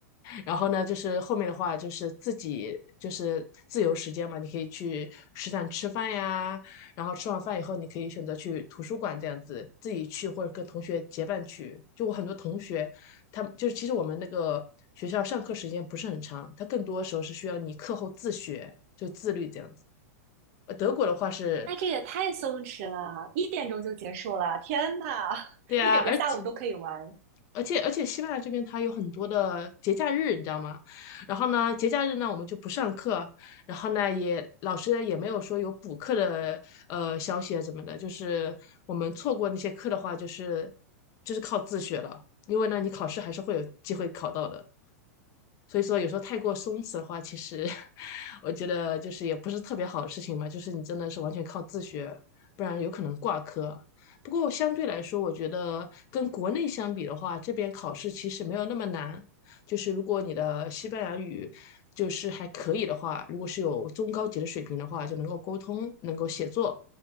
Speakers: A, on the left (about 40°); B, on the right (about 55°).
A: 然后呢，就是后面的话就是自己就是自由时间嘛，你可以去食堂吃饭呀，然后吃完饭以后，你可以选择去图书馆这样子自己去，或者跟同学结伴去。就我很多同学，他们就是其实我们那个学校上课时间不是很长，它更多时候是需要你课后自学，就自律这样子。呃德国的话是，
B: 那这也太松弛了，一点钟就结束了，天呐，
A: 对呀，
B: <laughs> 一整个下午都可以玩。
A: 而且而且而且西班牙这边它有很多的节假日，你知道吗？然后呢，节假日呢我们就不上课，然后呢也老师呢也没有说有补课的呃消息啊怎么的，就是我们错过那些课的话，就是就是靠自学了，因为呢你考试还是会有机会考到的。所以说，有时候太过松弛的话，其实 <laughs> 我觉得就是也不是特别好的事情嘛。就是你真的是完全靠自学，不然有可能挂科。不过相对来说，我觉得跟国内相比的话，这边考试其实没有那么难。就是如果你的西班牙语就是还可以的话，如果是有中高级的水平的话，就能够沟通，能够写作，